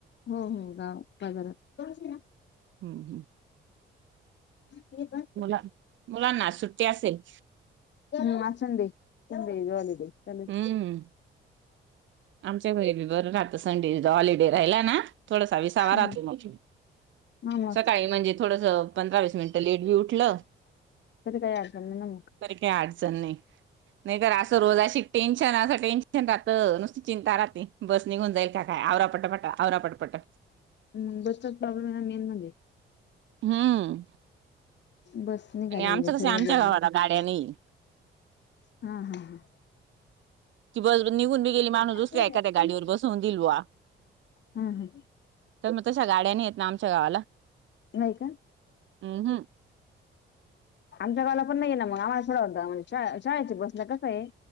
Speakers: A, on the left; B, on the right.
A: हो हो बा बाजारात.
B: हम्म हम्म.
A: ते बघ.
B: मु मुलांना आज सुट्टी असेल.
A: हो आज सेंड सेंड हॉलिडे. चालेल
B: हम्म. आमच्या घरी बीर रातं संडे हॉलिडे राहिला ना थोडासा वि तावा
A: हा
B: राहतो मग
A: मग
B: सकाळी म्हणजे थोड पंरास मिन लेट भी उठलं
A: तरी काही अडचण नाही ना मग
B: तरी काय अडचण नाही नाही तर असं रोजाशी टेन्शन असं टेन्शन राहतं नुस चिंता राहते बस निघून जाईल काय आवरा पटपट आवरा पटपट.
A: ग <unintelligible> बस्चा प्रॉ्लेम आहे ना मेन म्हणजे.
B: हम्म.
A: बस निघाली
B: आणि आमचं
A: म्हणजे
B: कसं
A: सर्व
B: आमच्या
A: गेलं
B: गावाला
A: मग
B: गाड्या नाही
A: हा हा हा.
B: ती बस निघून बी गेली माणूस
A: हा
B: दुसऱ्या एखाद्या गाडीवर बसवून भी घील बॉ.
A: हा हा
B: तर मग तश्या गाड्या नाही येत ना आमच्या गावाला.
A: नाही का?
B: हम्म
A: आमच्या गावाला पण नाहीये ना मग आम्हाला सोडावं लागत शाळेच्या बसला कसं ये